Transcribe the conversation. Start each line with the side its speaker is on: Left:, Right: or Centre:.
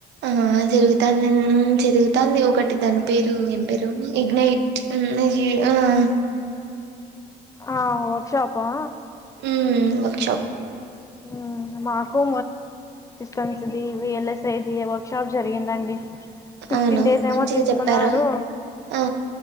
Right: ఎమన్నా జరుగుతాన్నా ముంచరు తంది ఒకటి పంపిరు నెంబరు ఇగ్నైట <unintelligible> నిను
Left: ఆ వర్క్ షాప్ ఆ
Right: మ్మ్ వర్క్ షాప్
Left: ఉ నాకు కొంచెం వీళ్ళ సైజు వర్క్ షాప్ జరిగిందండి ఫిఫ్టీన్
Right: అవునా
Left: డేస్
Right: మంచిగా
Left: ఏమో తీసుకున్నారు
Right: చెప్పారా ఆ